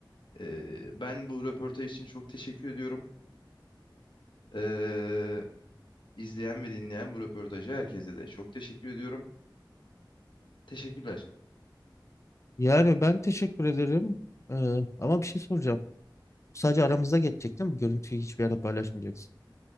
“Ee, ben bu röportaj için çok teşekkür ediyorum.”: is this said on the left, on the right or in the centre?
Left